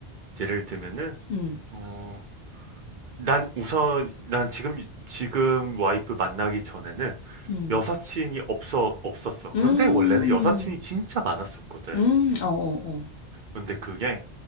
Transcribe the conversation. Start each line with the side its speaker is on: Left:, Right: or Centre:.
Right: 예를 들면은
Left: 음.
Right: 어, 난 우선, 난 지금, 지금 와이프 만나기 전에는
Left: 음.
Right: 여사친이 없어, 없었어.
Left: 음.
Right: 그런데 원래는 여사친이 진짜 많았었거든.
Left: 음. 어어어.
Right: 근데 그게,